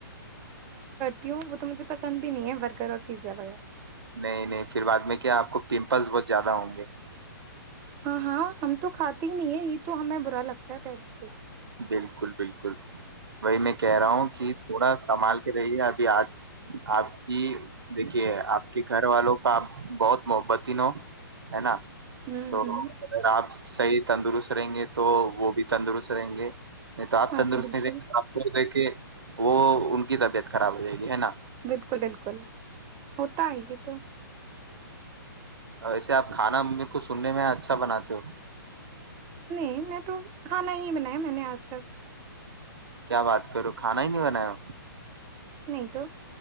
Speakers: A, on the right; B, on the right.
A: کیوں وہ تو مجھے پسند بھی نہیں ہے برگر اور پیزا وغیرہ
B: نہیں نہیں پھر بعد میں کیا آپ کو پمپلز بہت زیادہ ہوں گے؟
A: ہاں ہاں ہم تو کھاتے ہی نہیں ہے یہ تو ہمیں برا لگتا ہے پہلے سے ہی
B: بالکل بالکل وہی میں کہہ رہا ہوں کہ تھوڑا سنبھال کے رہیے اب کہ آج آپ کی دیکھیے آپ کے گھر والوں کا آپ بہت محبت ہو ہے نا
A: ہوں
B: تو
A: ہوں
B: اگر آپ صحیح تندرست رہیں گے تو وہ بھی تندرست رہیں گے نہیں تو آپ
A: ہاں
B: تندرست
A: جی بالکل
B: نہیں دیکھیں آپ کو دیکھے وہ ان کی طبیعت خراب ہو جائے گی ہے نا
A: بالکل بالکل ہوتا ہے یہ تو
B: ویسے آپ کھانا میرے کو سننے میں اچھا بناتے ہو
A: نہیں میں تو کھانا ہی نہیں بنایا میں نے آج تک
B: کیا بات کروں کھانا ہی نہیں بنایا
A: نہیں تو